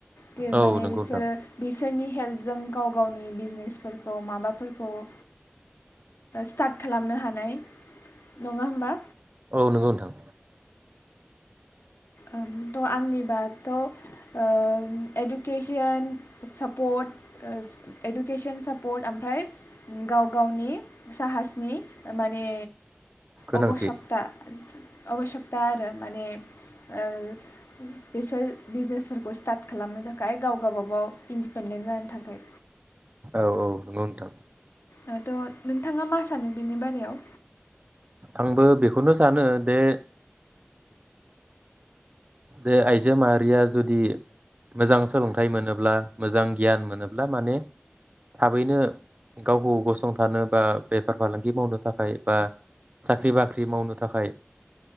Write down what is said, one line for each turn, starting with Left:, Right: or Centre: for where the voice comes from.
Left: बियो
Right: औ
Left: माने
Right: नंगौ
Left: बिसोरो
Right: नोंथां
Left: बिसोरनि हेल्प जों गाव गावनि बिजनेसफोरखौ माबा फोरखौ ओ स्टार्ट खालामनो हानाय नङा होमबा।
Right: औ नोंगौ नोंथां।
Left: ओ थ' आंनि बाथाथ' ओ इडुकेसन सापर्ट ओ इडुकेसन सापर्ट ओमफ्राय गाव गावनि साहासनि माने
Right: गोनांथि
Left: अबसकथा आबस्कथा आरो माने ओ बिसोर बिजनेसफोरखौ स्टार्ट खालामनो थाखाय गावबा गाव इन्डिपेन्डेन्ट जानो थाखाय।
Right: औ औ नंगौ नोंथां
Left: ओ थ' नोंथाङा मा सानो बेनि बारायाव
Right: आंबो बेखौनो सानो दे बे आइजो माहारिया जुदि मोजां सोलोंथाइ मोनोब्ला मोजां गियान मोनोब्ला माने थाबैनो गावखौ गसंथानो बा बेफार फालांगि मावनो थाखाय बा साख्रि-बाख्रि मावनो थाखाय